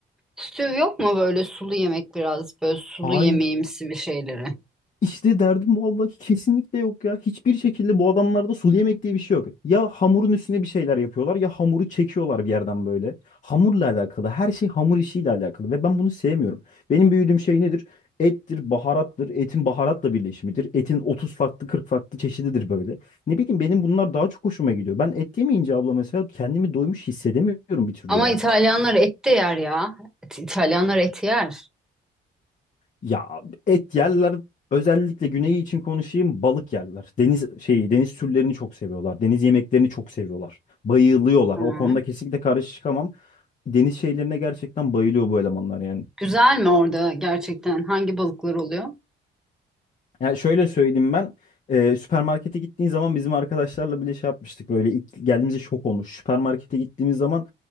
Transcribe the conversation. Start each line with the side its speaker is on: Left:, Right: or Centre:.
Centre: Stüv yok mu böyle sulu yemek biraz böyle sulu
Left: Hayır.
Centre: yemeğimsi bir şeyleri?
Left: İşte derdim vallahi ki kesinlikle yok ya. Hiçbir şekilde bu adamlarda sulu yemek diye bir şey yok. Ya hamurun üstüne bir şeyler yapıyorlar ya hamuru çekiyorlar bir yerden böyle. Hamurla alakalı. Her şey hamur işiyle alakalı ve ben bunu sevmiyorum. Benim büyüdüğüm şey nedir? Ettir, baharattır, etin baharatla birleşimidir. Etin 30 farklı 40 farklı çeşididir böyle. Ne bileyim benim bunlar daha çok hoşuma gidiyor. Ben et yemeyince abla mesela kendimi doymuş hissedemiyorum bir türlü
Centre: Ama
Left: ya.
Centre: İtalyanlar et de yer ya. İt- İtalyanlar et yer.
Left: Ya et yerler özellikle güneyi için konuşayım balık yerler. Deniz şeyi deniz türlerini çok seviyorlar. Deniz yemeklerini çok seviyorlar. Bayılıyorlar.
Centre: Tamam.
Left: O konuda kesinlikle karşı çıkamam. Deniz şeylerine gerçekten bayılıyor bu elemanlar yani.
Centre: Güzel mi orada gerçekten? Hangi balıklar oluyor?
Left: Yani şöyle söyleyeyim ben e, süpermarkete gittiğin zaman bizim arkadaşlarla bile şey yapmıştık böyle ilk geldiğimizde şok olmuş. Süpermarkete gittiğimiz zaman